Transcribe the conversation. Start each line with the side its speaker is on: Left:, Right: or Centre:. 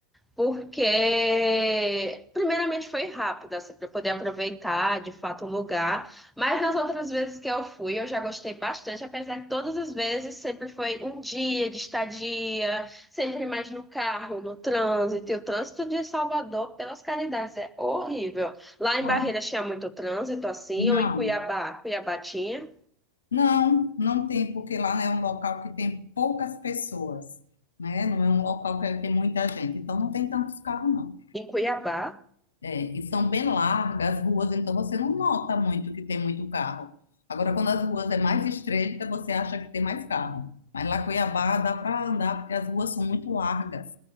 Centre: porque primeiramente foi rápido, assim, para poder aproveitar de fato o lugar, mas nas outras vezes que eu fui, eu já gostei bastante, apesar de todas as vezes sempre foi um dia de estadia, sempre mais no carro, no trânsito, e o trânsito de Salvador, pelas caridades, é horrível. Lá em
Left: não?
Centre: Barreiras tinha muito trânsito, assim,
Left: Não.
Centre: ou em Cuiabá, Cuiabá tinha,
Left: Não, não tem, porque lá é um local que tem poucas pessoas, né? Não é um local que tem muita gente, então não tem tantos carros, não.
Centre: em Cuiabá.
Left: É, e são bem largas as ruas, então você não nota muito que tem muito carro. Agora, quando as ruas é mais estreita, você acha que tem mais carro. Mas lá em Cuiabá dá para andar, porque as ruas são muito largas,